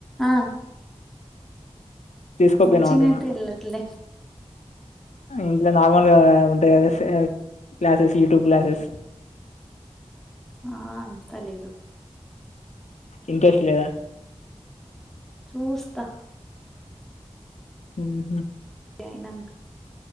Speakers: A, in the centre; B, on the left (about 90°).
A: ఆ
B: తీసుకోపోయినావు
A: కోచింగ్
B: అంటున్నా
A: అయితే వెల్లట్లే
B: ఇంట్లో నార్మల్గా ఉంటాయి కదా క్లాసెస్ యూట్యూబ్ క్లాసెస్
A: ఆ అంతా లేదు
B: ఇంట్రెస్ట్ లేదా
A: చూస్తా
B: ఉహు
A: అయినాక